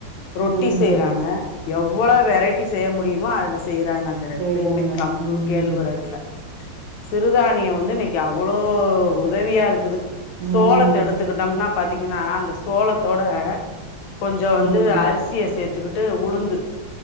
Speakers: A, on the left; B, on the right.
A: ரொட்டி
B: ம்
A: செய்யறாங்க எவ்வளோ வெரைட்டி செய்ய முடியுமோ அதுல செய்யறாங்க இந்த ரெண்ட்லயுமே
B: செய்றாங்க
A: கம்பு
B: ம்
A: கேள்வறகுல சிறுதானிய வந்து இன்னைக்கு அவ்வளோ உதவியா இருக்குது
B: ம்
A: சோளத்த எடுத்துக்கிட்டோம்னா பாத்தீங்கன்னா அந்த சோளத்தோட கொஞ்சோ
B: ம்
A: வந்து அரிசிய சேத்துக்கிட்டு உளுந்து